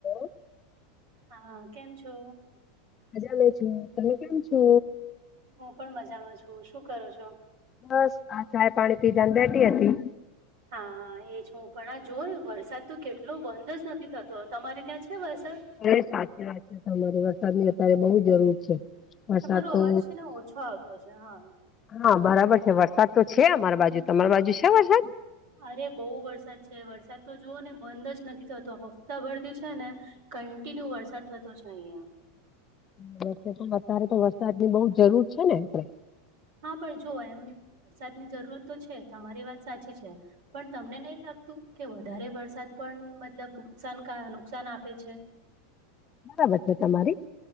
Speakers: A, on the left (about 30°); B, on the right (about 60°).
A: <inaudible>
B: હા, કેમ છો?
A: મજામાં છું, તમે કેમ છો?
B: હું પણ મજામાં છું, શું કરો છો?
A: બસ, આ ચાય પાણી પીધા ને બેઠી હતી.
B: હા. એજું પણ, આ જો વરસાદ તો કેટલો બંધ જ નથી થતો તમારી ત્યાં છે વરસાદ?
A: એ સાચી વાત છે, તમારે વરસાદની અત્યારે બહુ જરૂર છે. વરસાદ
B: તમારો
A: તો
B: અવાજ છે, ને ઓછો આવતો છે, હા.
A: હા, બરાબર છે, વરસાદ તો છે, અમારા બાજુ તમારી બાજુ છે, વરસાદ?
B: અરે, બહુ વરસાદ છે, વરસાદ તો જોવુને બંધ જ નથી થતો હપ્તા ભરતી છે ને કન્ટિન્યુ વરસાદ થતો છે, અહીંયા.
A: તો અત્યારે તો વરસાદ ની બહું જરૂર છે, ને આપે.
B: હા, પણ જોવો એમ વરસાદની જરૂરત તો છે, તમારી વાત સાચી છે. પણ, તમને નહી લાગતું કે, વધારે વરસાદ પણ, મતલબ નુકસાન નુકસાન આપે છે.
A: સાચી <unintelligible> તમારી